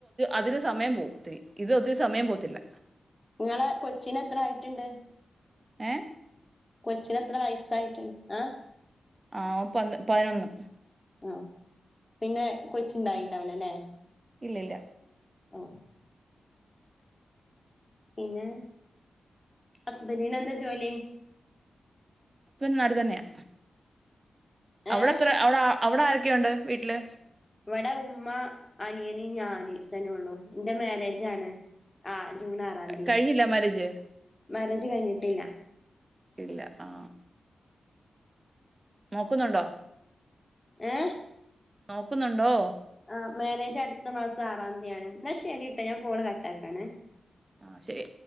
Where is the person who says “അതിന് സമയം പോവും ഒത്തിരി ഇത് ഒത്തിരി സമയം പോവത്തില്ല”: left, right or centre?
Right